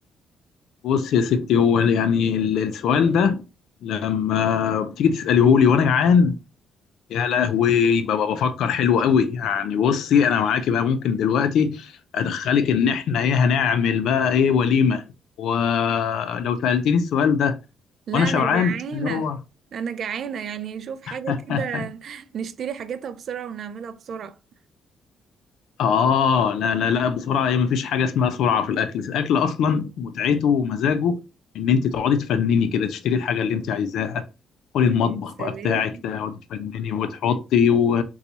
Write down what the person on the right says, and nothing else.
لا
انا
جعانة
انا جعانة يعني شوف حاجة
كده نشتري حاجتها بسرعة ونعملها بسرعة
يا سلام